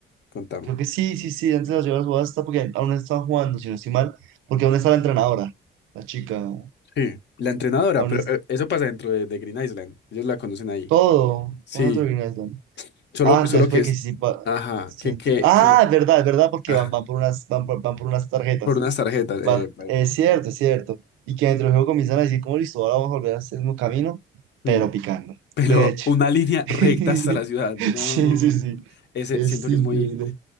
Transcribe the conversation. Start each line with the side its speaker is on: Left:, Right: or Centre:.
Left: contame.
Right: Creo que sí, sí, sí, antes de llegar a la subasta, porque aún están jugando, si no estoy mal, porque aún está la entrenadora, la chica,
Left: Sí, la entrenadora,
Right: aún
Left: pero
Right: es
Left: eh, eso pasa dentro de, de Green Island. Ellos la conocen ahí.
Right: todo,
Left: Sí,
Right: pasa todo Green Island.
Left: solo,
Right: Ah,
Left: solo
Right: entonces
Left: que
Right: puede
Left: es.
Right: que sí, pa-
Left: Ajá,
Right: sí,
Left: que,
Right: ent-
Left: que,
Right: Ah,
Left: que.
Right: es verdad, es verdad, porque
Left: ah,
Right: van, van por unas, van por, van por unas tarjetas.
Left: por unas tarjetas.
Right: Van,
Left: eh, pe-
Right: es cierto, es cierto. Y que dentro del juego comienzan a decir, como listo, ahora vamos a volver a hacer el mismo camino,
Left: mm,
Right: pero picando.
Left: pero
Right: De hecho.
Left: una línea
Right: <laughs>
Left: recta hasta la ciudad. No.
Right: Sí, sí, sí.
Left: Ese
Right: Es
Left: siento que
Right: increíble.
Left: es muy.